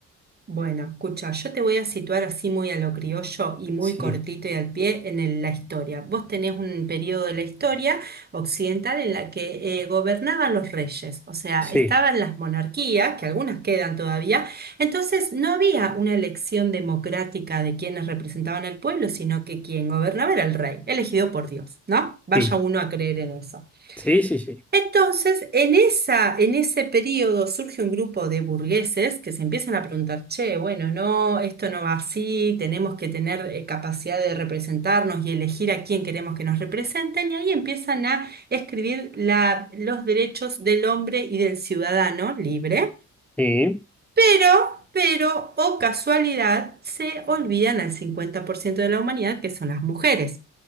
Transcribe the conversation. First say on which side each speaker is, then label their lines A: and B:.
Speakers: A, on the right (about 30°); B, in the centre.
A: Bueno, escucha, yo te voy a situar así muy a lo criollo y muy
B: Sí,
A: cortito y al pie en el- la historia. Vos tenés un periodo de la historia occidental en la que eh, gobernaban los reyes, o sea,
B: sí,
A: estaban las monarquías, que algunas quedan todavía, entonces no había una elección democrática de quienes representaban al pueblo, sino que quien gobernaba era el rey, elegido por Dios, ¿no? Vaya
B: sí,
A: uno a creer en eso.
B: sí, sí, sí.
A: Entonces, en esa, en ese periodo surge un grupo de burgueses que se empiezan a preguntar, che, bueno, no, esto no va así, tenemos que tener eh, capacidad de representarnos y elegir a quién queremos que nos representen, y ahí empiezan a escribir la- los derechos del hombre y del ciudadano libre,
B: Sí.
A: pero, pero, o casualidad, se olvidan al 50% de la humanidad, que son las mujeres.